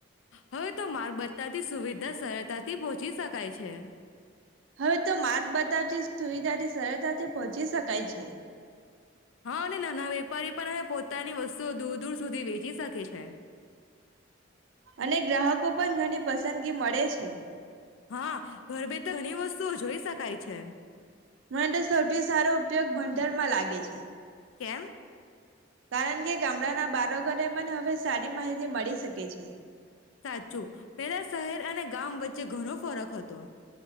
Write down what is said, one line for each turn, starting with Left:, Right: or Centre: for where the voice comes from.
Left: હવે તો માર્ગ બ તથી સુવિધા સરળતાથી પહોંચી શકાય છે.
Right: હવે તો માર્ગ બતાવતી સુવિધાથી સરળતાથી પહોંચી શકાય છે.
Left: હા અને નાના વેપારી પણ હવે પોતાની વસ્તુઓ દૂર દૂર સુધી વેચી શકે છે.
Right: અને ગ્રાહકો પણ ઘણી પસંદ પસંદગી મળે છે.
Left: હા ઘર બેઠ ઘણી વસ્તુ શું જોઈ શકાય છે.
Right: મને તો સૌથી સારો ઉપયોગ ભંડરમાં લાગે છે.
Left: કેમ?
Right: કારણ કે ગામડાના બાળકોને પણ હવે સારી માહિતી મળી શકે છે.
Left: સાચું પેલા શહેર અને ગામ વચ્ચે ઘણો ફરક હતો.